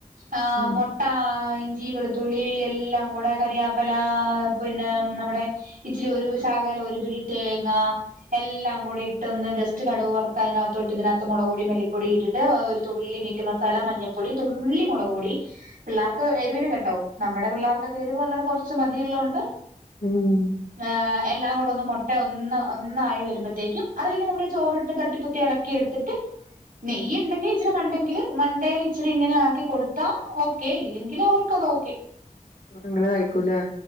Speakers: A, on the right; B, on the left.
A: ആ
B: ഉം
A: മൊ ട്ടാ ഇഞ്ചി വെളുത്തുള്ളി എല്ലാങ്കൂടെ കരിയാപ്പലാ പുന്നെ നമ്മുടെ ഇച്ചിരി ഒരു ഷാകലം ഒരു പിടി തേങ്ങ. എല്ലാം കൂടി ഇട്ടൊന്ന് ജസ്റ്റ് കടുവ് വർത്ത ഐനകത്തോട്ട് ഇതിനകത്ത് മുളക് പൊടി മെല്ലിപ്പൊടി ഇട്ടിട്ട് ഒരു തുള്ളി മീറ്റ് മ സാല മഞ്ഞപ്പൊടി തുള്ളി മൊളക് പൊടി. പിള്ളേർക്ക് എരിവിന് കേട്ടോ നമ്മടെ പിള്ളേർക്കൊക്കെ എരിവ് വളരെ കുറച്ച് മതിള്ളൊണ്ട്.
B: ഉം.
A: ആഹ്. എല്ലാം കൂടെ ഒന്ന് മുട്ട ഒന്ന് ഒന്നായി വരുമ്പത്തേക്കും അതിലേക്ക് നമ്മൾ ചോറിട്ട് തട്ടിപ്പതി എളേക്കിയെട്ത്തിട്ട്.
B: <unintelligible>
A: നെയ്യ് ണ്ടങ്കി ച്ചിരി മണ്ടെങ്കില് മണ്ടയിൽ ഇച്ചിരി ഇങ്ങനെ ആക്കി കൊട്ത്താ ഓക്കെ ഇല്ലെങ്കിൽ അവർക്ക് അത് ഓക്കെ.
B: ങ്ങനെ കഴിക്കുല്ലേ?